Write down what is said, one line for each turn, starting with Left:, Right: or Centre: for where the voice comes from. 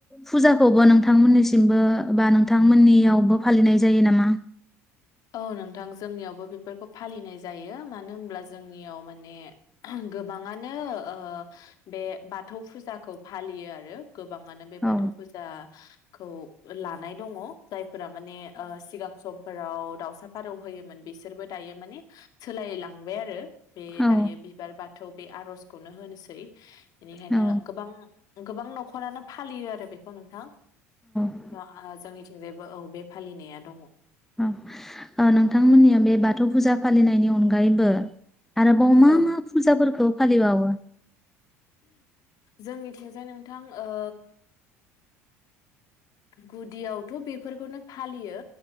Centre: फुजाखौबो नोंथांमोननिसिमबो बा नोंथांमोननियावबो फालिनाय जायो नामा?
Left: औ नोंथां जोंनियावबो बेफोरखौ फालिनाय जायो मानो होमब्ला जोंनियाव माने गोबाङानो ओ बे बाथौ फुजाखौ फालियो आरो गोबाङानो बे
Centre: औ
Left: बाथौ फुजाखौ लानाय दङ। जाय फोरा माने ओ सिगां समफोराव दावसा फारौ होयोमोन बि सोरबो दायो माने सोलायलांबाय आरो बे
Centre: औ
Left: दायो बिबार बाथौ बे आर'जखौनो होनोसै बेनिखायनो
Centre: औ
Left: गोबां गोबां न'खरानो फालियो आरो बेखौ नोंथां।
Centre: औ
Left: जोहा जोंनिथिं थिंजायबो औ बे फालिनाया दङ।
Centre: औ ओ नोंथांमोननिया बे बाथौ फुजा फालिनायनि अनगायैबो आरोबाव मा
Left: औ
Centre: मा फुजाफोरखौ फालिबावो?
Left: जोंनिथिंजाय नोंथां ओ गुदियावथ' बेफ फोरफोरखौनो फालियो